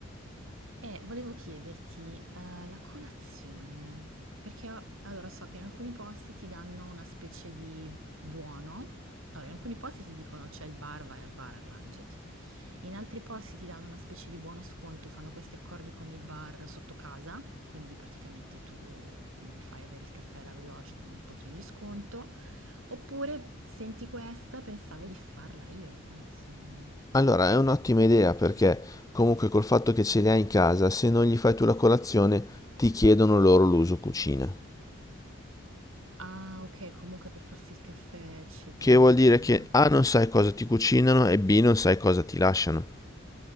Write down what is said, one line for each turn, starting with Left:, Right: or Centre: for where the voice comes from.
Right: E volevo chiederti, eh, la colazione, perché allora so che in alcuni posti ti danno una specie di buono, allora in alcuni posti ti dicono c'è il bar, vai al bar, arrangiati, in altri posti ti danno una specie di buono sconto, fanno questi accordi con il bar sotto casa, quindi praticamente tu gli fai avere il caffè e la brioche con un pochino di sconto, oppure senti questa, pensavo di farla io la colazione.
Left: Allora, è un'ottima idea perché comunque col fatto che ce li hai in casa, se non gli fai tu la colazione, ti chiedono loro l'uso cucina.
Right: Ah, ok, comunque per farsi il caffè, eccetera,
Left: Che
Right: la
Left: vuol
Right: mattina.
Left: dire che A non sai cosa ti cucinano e B non sai cosa ti lasciano.